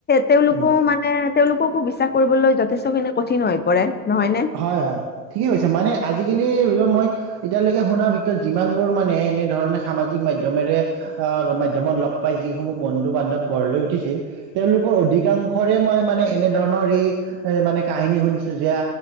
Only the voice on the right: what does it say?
উম
হয় হয় ঠিকে কৈছে মানে আজি জিকালি য় মই এতিয়ালৈকে শুনাৰ ভিতৰত যিমান বোৰ মানে এনেধৰণে সামাজিক মাধ্যমেৰে আ মাধ্যমত লগ পাই যিসমূহ বন্ধু বান্ধৱ গঢ় লৈ উঠিছিল তেওঁলোকৰ অধিকাংশৰে মই মান মানে এনে ধৰণৰ এই এ মানে কাহিনী শুনিছ চো য্যা